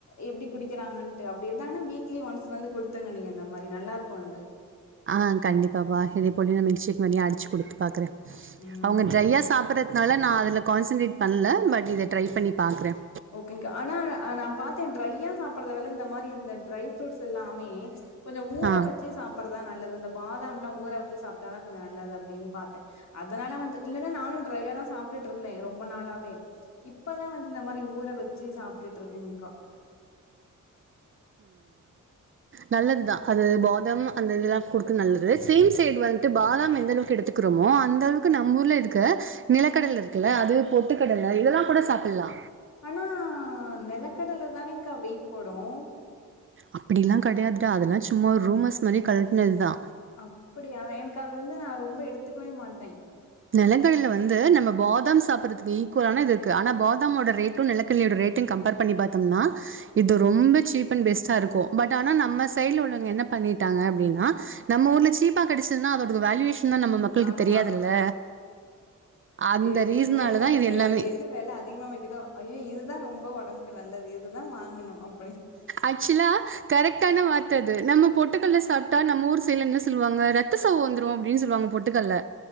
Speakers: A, on the left; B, on the right.
A: எப்படி குடிக்கிறாங்கட்டு அப்படி இருந்தாங்கன்னா வீக்லி ஒன்ஸ் வந்து குடுத்துருங்க நீங்க இந்த மாதிரி நல்லாருக்கும் அது
B: ஆ கண்டிப்பா பா இத கொணடு போய் நான் மிக்சி அடிச்சு கொடுத்து ப பாக்குறேன்
A: ம்
B: அவங்க ட்ரையா
A: ஓகேங்க்கா
B: சாப்பிட்ற அதனால நான் அதில் கான்சன்டரேட் பண்ணல பட் இதை ட்ரை பண்ணி பாகஂகுறேன்
A: ஓகேங்க ஆனா நான் பார்த்தேன் ட்ரையா சாப்பறத விட இந்த மாதிரி இந்த ட்ரை ஃப்ரூட்ஸ் எல்லாமே கொஞ்சம் ஊற
B: ஆ.
A: வச்சு சாப்பறதான் நல்லது இந்த பாதாம் எல்லாம் ஊற வச்சு சாப்பிட்டாதான் கொஞ்சம் நல்லது அப்படின்னு பாத்தேன் அதனால வந்து இல்லைன்னா நானும் ட்ரையா தான்சாபபிட இருந்தேன் ரொம்ப நாளாவே இப்பதான் வந்து இந்த ஊற வச்சு சாப்பிட்டு இருக்கேங்க்கா
B: நல்லதுதா அது பாதாம் அந்த இதெல்லா ஃபுட்க்கு நல்லது சேம் சைட் வந்துட்டு பாதாம் எந்த அளவுக்கு எடுத்து க்குறோமோ அந்த அளவுக்கு நம்ம ஊர்ல இருக்க நிலக்கடல இருக்குல்ல அது பொட்டுக்கடல இதெல்லா கூட சாப்பல்லா
A: ஆனா நெலக்கடல தானேங்க்கா வெயிட் போடுமஂ
B: அப்டியெலா கெடையாது டா அதெலா சும்மா ஒரு ரூமர்ஸ் மாரி கிளபினது தா
A: அப்படியா எனக்கு அது வந்து நா ரொம்ப எடுத்துக்கவே மாட்ட
B: நெலகடலைல வந்து நம்ம பாதாம் சாப்புறதுக்கு ஈக் வல்லா தானருக்கு ஆனா பாதாமோட ரேட்டு நெலக்கடலையோட ரேட்டு கம்பேர் பண்ணி பாத்தோம்னா இது ரொம்ப சீப் அண்ட் பெஸ்டா இருக்கோ பட் ஆனா நம்ம சைட்ல உள்ளவங்க என்ன பண்ணிட்டாங்க அப்டின்னா நம்ம ஊர்ல சீப்பா கெடச்சதுன்னா அதோட வேல்யுவேஷன் தா நம்ம மக்களுக்கு
A: ஆமா.
B: தெரியாதுல்ல அந்த
A: எ
B: ரீசனால
A: இதுல என்ன
B: தான்
A: இருக்கு
B: இது எல்லாமே
A: எது வெல அதிகமா விக்குதோ ஐயோ இதுதா ரொம்ப ஒடம்க்கு நல்லது இதுதா வாங்குனு அப்
B: ஆக்சுவலா கரெக்டான வா த்தாது நம்ம பொட்டுக்கல்ல சாப்ட்டா நம்ம ஊர் சைட்ல என்ன சொல்லுவாங்க ரத்த சோக வந்துரோ அப்டினு சொல்லுவாங்க பொட்டுக்கல்ல